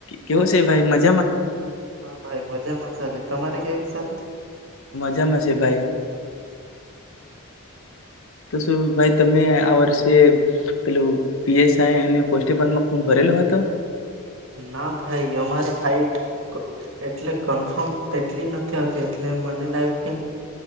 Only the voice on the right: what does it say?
હા ભાઈ મજામાં સાલે તમારે કેવી ચાલે
ના ભાઈ અમારી હાઈટ એટલે કન્ફર્મ તેટલી નથી આવતી એટલે મને લાગ્યું કે